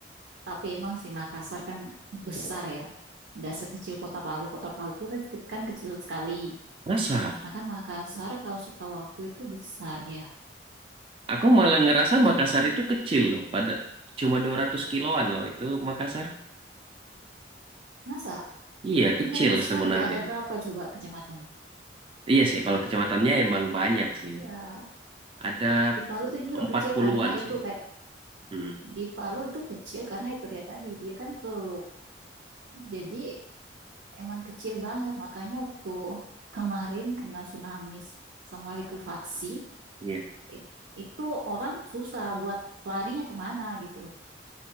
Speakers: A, on the right; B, on the right.
A: tapi emang sih Makassar kan besar ya. Nggak sekecil Kota Palu. Kota Palu itu kan kan kecil sekali.
B: Masa?
A: Nah kan Makassar kalau setahu aku itu besar ya.
B: Aku malah ngerasa Makassar itu kecil loh. Pada cuma 200 kiloan loh itu Makassar.
A: Masa?
B: Iya,
A: Kayaknya
B: kecil
A: besar
B: sebenarnya.
A: deh. Ada berapa coba kecamatan?
B: Iya sih, kalau kecamatannya emang banyak sih.
A: Iya.
B: Ada
A: Di Palu itu justru
B: 40-an
A: kecil karena itu
B: sih.
A: kayak
B: Hmm,
A: di Palu itu kecil karena itu dia tadi dia kan teluk. Jadi emang kecil banget. Makanya waktu kemarin kena tsunami sama likuifaksi,
B: iya.
A: it- itu orang susah buat larinya kemana gitu,